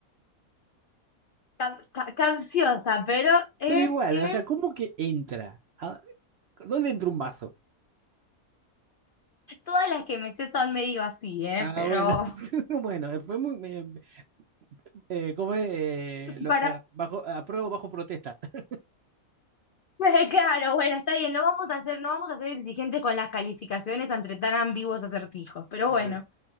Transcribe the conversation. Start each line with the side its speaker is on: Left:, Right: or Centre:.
Left: cap- ca- capciosa, pero eh,
Right: Pero igual,
Left: eh,
Right: o sea, ¿cómo que entra? Ah, ¿Dónde entra un vaso?
Left: todas las que me sé son medio así, eh,
Right: Ah,
Left: pero
Right: bueno, <laughs> bueno, eh, fue muy, me- me- eh, ¿cómo es? Eh,
Left: <laughs>
Right: lo-
Left: para
Right: lo- bajo, apruebo bajo protesta. <laughs>
Left: <laughs> claro, bueno, está bien, no vamos a ser, no vamos a ser exigentes con las calificaciones entre tan ambiguos acertijos, pero
Right: Dale.
Left: bueno.